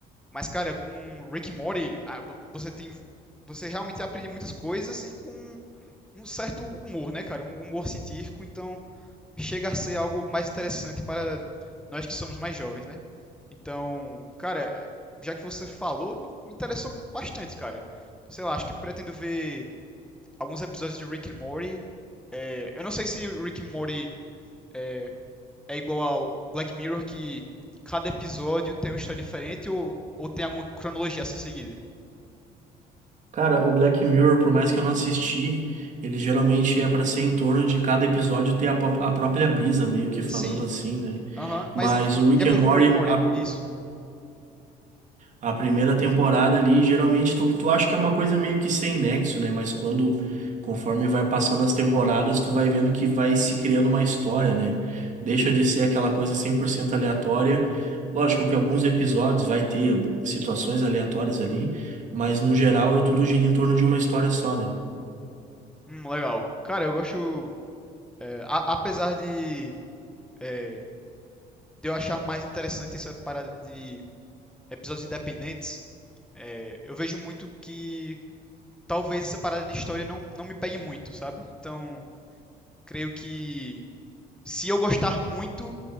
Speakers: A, in the centre; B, on the right (about 45°).
A: Mas, cara, com Rick and Morty, a- vo- você tem. Você realmente aprende muitas coisas e com um certo humor, né, cara? Um humor científico, então chega a ser algo mais interessante para nós que somos mais jovens, né? Então, cara, é, já que você falou, me me interessou bastante, cara. Sei lá, acho que pretendo ver alguns episódios de Rick and Morty. É, eu não sei se Rick and Morty é, é igual ao Black Mirror, que cada episódio tem uma história diferente ou, ou tem alguma cronologia a ser seguida.
B: Cara, o Black Mirror, por mais que eu não assisti, ele geralmente é para ser em torno de cada episódio ter a, pó- a própria brisa, meio que falando
A: Sim,
B: assim, né?
A: aham,
B: Mas
A: mas e- e-
B: o Rick
A: de acordo
B: and Morty,
A: com Rick and Morty,
B: a,
A: isso.
B: a primeira temporada ali, geralmente tu, tu acha que é uma coisa meio que sem nexo, né? Mas quando, conforme vai passando as temporadas, tu vai vendo que vai se criando uma história, né? Deixa de ser aquela coisa 100% aleatória. Lógico que alguns episódios vai ter situações aleatórias ali, mas no geral é tudo gira em torno de uma história só, né?
A: Hum, legal. Cara, eu gosto. é, a- apesar de, é, de eu achar mais interessante essa parada de episódios independentes, é, eu vejo muito que talvez essa parada de história não, não me pegue muito, sabe? Então, creio que se eu gostar muito,